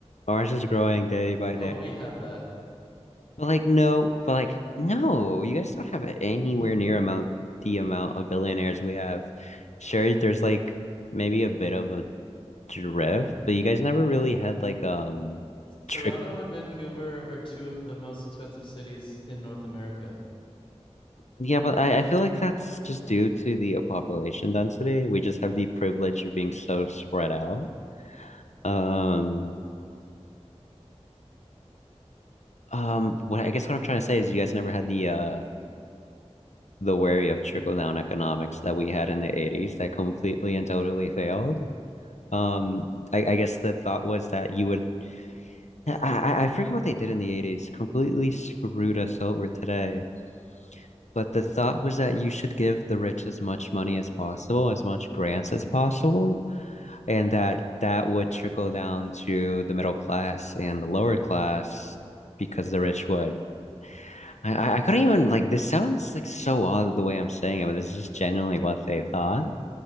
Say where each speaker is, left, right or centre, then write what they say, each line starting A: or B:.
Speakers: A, on the left (about 90°); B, on the left (about 50°).
A: Ours is growing day by
B: Oh,
A: day.
B: we have that.
A: But like, no, but like, no, you guys don't have anywhere
B: <laughs>
A: near amount the amount of billionaires we have. Sure, there's like maybe a bit of a drift, but you guys never really had like um
B: Toronto
A: trick.
B: and Vancouver are two of the most expensive cities in North America.
A: Yeah, but I, I feel like that's just due to the population density. We just have the privilege of being so spread out. Um, Um, what I guess what I'm trying to say is you guys never had the uh the worry of trickle down economics that we had in the 80s that completely and totally failed. Um, I, I guess the thought was that you would I, I I forget what they did in the 80s, completely screwed us over today. But the thought was that you should give the rich as much money as possible, as much grants as possible, and that that would trickle down to the middle class and the lower class because the rich would I, I I couldn't even like this sounds like so odd the way I'm saying it, but this is just genuinely what they thought